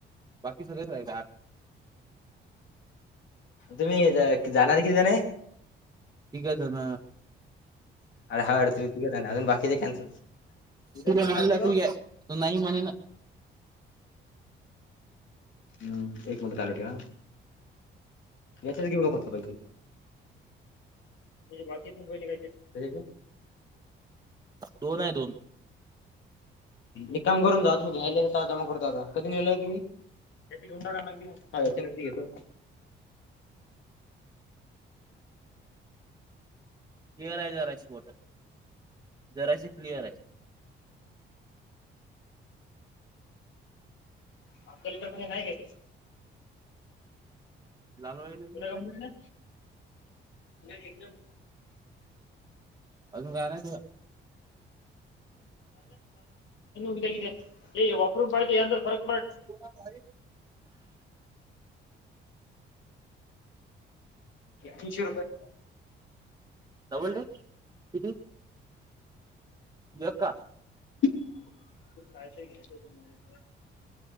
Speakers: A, on the right (about 20°); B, on the left (about 70°).
A: बाकी सगळेच राहि <unintelligible>
B: तुम्ही ज-जाणार किती जण हे.
A: तीघ झन.
B: अरे हड तुझ <unintelligible> तिघ अजून बाकीचे कॅन्सल उद्या
A: तु बे
B: तर
A: म्हणला
B: चालते
A: तू ये तू नाही म्हणे ना.
B: हम् एक म्हटत आलो ठेवा. याच्यात घेऊ कात पाहिे त्या बाकीत बहिली काय?
A: दोन आहे दोन
B: एक काम करून जा तु घ्याय जमा करत आता कधी नेय तुम्ही घेना का. हा याचे न घेतो.
A: क्लिअर आहे जराशी बोट आहे जराशी क्लिअर आहे.
B: आ लिटर म्हणजे नाही का
A: लाल अजून
B: कोुल्या्या कंपनीला एकदम
A: काय नाही तुला
B: <unintelligible> हे वापर बायो यंद फरक
A: हो.
B: तीनशे रुपये.
A: डबल टेक किती? <unintelligible>
B: तु कायचय घ्यायचं हो त मध्ये